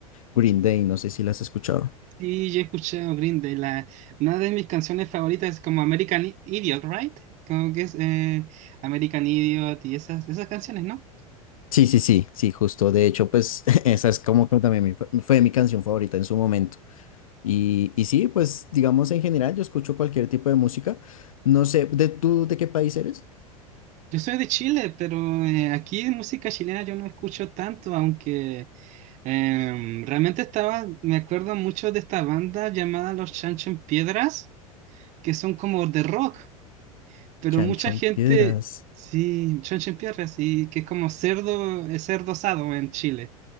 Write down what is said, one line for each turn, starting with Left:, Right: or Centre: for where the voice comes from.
Left: Green Day, no sé si las has escuchado.
Right: Sí, yo he escuchado Green Day. La, una de mis canciones favoritas es como American I- Idiot, ¿right? Como que es eh, American Idiot y esas, esas canciones, ¿no?
Left: Sí, sí, sí, sí, justo. De hecho, pues <laughs> esa es como que también mi fa- fue mi canción favorita en su momento. Y, y sí, pues digamos en general, yo escucho cualquier tipo de música. No sé, ¿de tú de qué país eres?
Right: Yo soy de Chile, pero eh, aquí de música chilena yo no escucho tanto, aunque em, realmente estaba, me acuerdo mucho de esta banda llamada Los Chancho en Piedras, que son como de rock. pero
Left: Chanchón
Right: mucha gente,
Left: Piedras.
Right: sí, Pierre, sí, que es como cerdo, es cerdo asado en Chile.